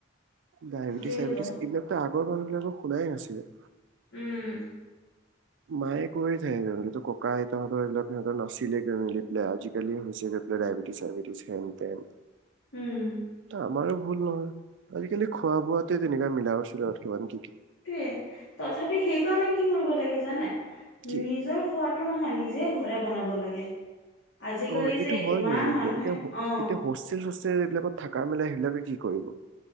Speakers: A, on the right; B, on the left.
A: ডায়েবেটিছ
B: সেইটোৱেতো
A: চায়বেটিছ এইবিলাকতো আগৰ মানুহ বিলাকে শুনাই নাছিলে।
B: উম।
A: মায়ে কৈ থাকেই আগতে ত' ককা আইতাহঁতৰ এইবিলাক সিহঁতৰ নাছিলে গৈ মিলি পেলাই আজিকালি হৈছে গৈ পেলাই ডায়বেটিছ চাইেটিছ হেনতেন।
B: উম,
A: আমাৰো ভুল নহয়। আজিকালি খোৱা বোৱাতে তেনেকা মিলাৱট চিলাবট কিমান কি কি।
B: সেইটোৱে তথাপি সেইকাৰণে কি কৰিব লাগে জানে,
A: কি
B: নিজৰ খোৱাটো নহয় নিজে ঘৰে বনাব লাগে। আজিকালি
A: অ এইটো
B: যে
A: হয়
B: ইমান
A: গৈ মেলি
B: মানুহে
A: পেলাই এতিয়া
B: অ'।
A: এতিয়া হোষ্টেল চোষ্টেল এইবিলাকত থাকা মেলা সেইবিলাকে কি কৰিব।